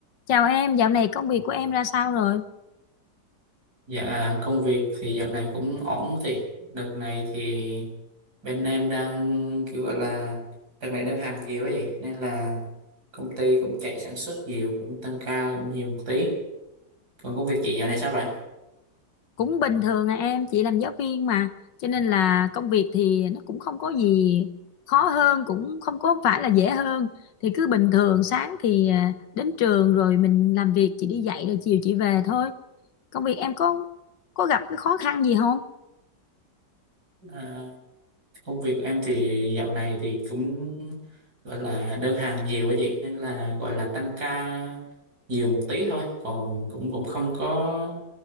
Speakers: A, on the left; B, on the right.
A: Chào em, dạo này công việc của em ra sao rồi?
B: Dạ công việc thì dạo này cũng ổn thì đợt này thì bên em đang kiểu gọi là đợt này đơn hàng nhiều quá vậy nên là công ty cũng chạy sản xuất nhiều cũng tăng ca cũng nhiều một tí còn công việc chị dạo này sao rồi
A: Cũng bình thường à em, chị làm giáo viên mà. Cho nên là công việc thì nó cũng không có gì khó hơn, cũng không có phải là dễ hơn. Thì cứ bình thường, sáng thì à, đến trường rồi mình làm việc, chị đi dạy rồi chiều chị về thôi. Công việc em có có gặp cái khó khăn gì không?
B: à, công việc em thì dạo này thì cũng gọi là đơn hàng nhiều quá chị nên là gọi là tăng ca nhiều một tí thôi còn cũng cũng không có